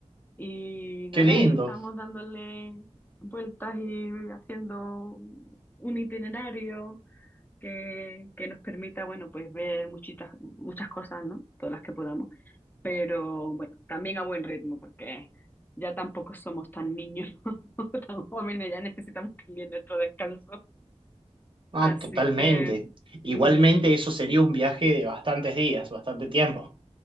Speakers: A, on the left (about 15°); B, on the right (about 45°).
A: Y nada,
B: Qué lindo.
A: ahí estamos dándole vueltas y haciendo un itinerario que, que nos permita, bueno, pues ver muchitas, muchas cosas, ¿no? Todas las que podamos. Pero bueno, también a buen ritmo, porque ya tampoco somos tan niños, <laughs> tan jóvenes, ya necesitamos también nuestro descanso.
B: No,
A: Así
B: totalmente.
A: que
B: Igualmente
A: mm,
B: eso sería un viaje de bastantes días, bastante tiempo.